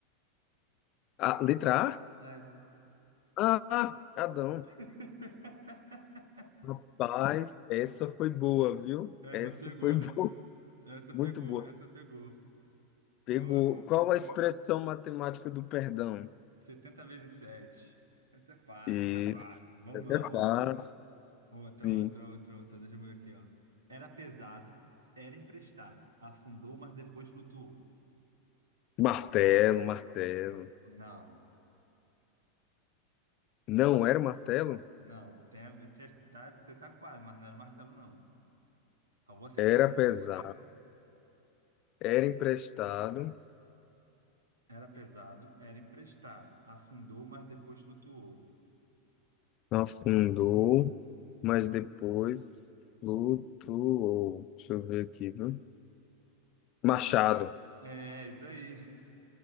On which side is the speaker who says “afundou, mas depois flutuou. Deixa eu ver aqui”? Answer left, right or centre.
Left